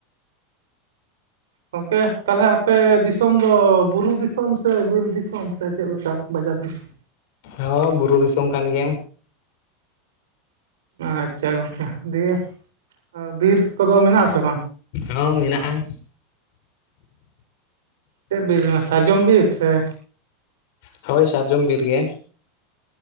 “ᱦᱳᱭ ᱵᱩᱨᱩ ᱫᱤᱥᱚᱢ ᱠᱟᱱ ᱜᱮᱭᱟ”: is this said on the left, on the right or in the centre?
Left